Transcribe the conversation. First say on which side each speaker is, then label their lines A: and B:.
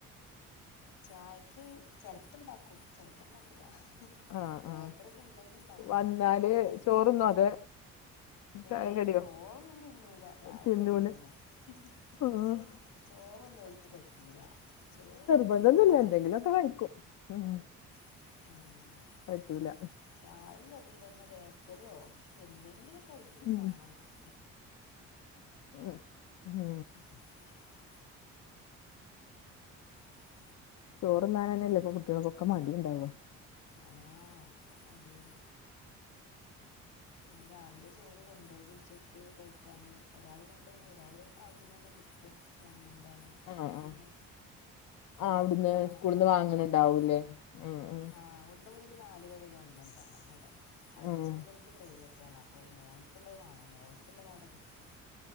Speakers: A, on the left; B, on the left.
A: ചായക്ക് ചിലപ്പുണ്ടാക്കും ചെലപ്പണ്ടാക്കൂല
B: ആ
A: ബേക്കറിയൊക്കെണ്ടെങ്കി
B: ആ
A: ഇണ്ടാക്കൂല
B: വന്നാല്
A: അല്ലെങ്കി
B: ചോറുന്നോ
A: പിന്നെ
B: അത് ചായയും
A: ഏയ്
B: കടിയോ
A: ചോറോന്നും തിന്നൂല ചായും
B: തിന്നൂല
A: കടിയ തന്നെ <unintelligible>
B: ആ
A: ചോറൊന്നും ഓർക്ക് പറ്റൂല ചോറ് പറ്റൂല
B: ന്തന്നല്ല
A: രാവിൽ
B: എന്തെങ്കിലുംക്ക കഴിക്കും ഉം
A: ഉം
B: പറ്റൂല
A: ചായ കടിം തന്നെ ബേക്കറിയോ എന്തെങ്കിലുക്കെ ആയിട്ട്
B: ഉം.
A: വേണം അവർക്ക്
B: <unintelligible>
A: <inaudible> ഉം
B: ചോറുംന്നാണന്നെയല്ല ഇപ്പൊ കുട്ടികൾക്കൊക്കെ മടിണ്ടാവ
A: ആഹ് ഒക്കെ മടിന്നെ പിന്നെ രാവിലെ ചോറ് കൊണ്ടോകും ഉച്ചക്ക് കഴിക്കാൻ ഒരാൾ കൊണ്ടോകും ഒരാൾ അവിടുന്നന്നെ കിട്ടും ഗവൺമെന്റൊണ്
B: ആ
A: അപ്പൊ
B: ആ
A: പിന്നെ ഒരാൾക്ക്
B: ആ അവിടുന്ന്
A: വാണം
B: സ്കൂളിൽ നിന്ന്
A: രാവിലെന്നെ
B: വാങ്ങണുണ്ടാവൂലേ ഉം ഉം
A: ആഹ് ഒന്ന് മുതൽ നാല് വരെ ഗവൺമെന്റാണ് അവിടെ അഞ്ച്
B: ഉം
A: മുതൽ റ്റാണ് അപ്പോൾ മോനക്കുള്ളത് വാണം മോൾക്കുള്ളത് അവിടെ കിട്ടും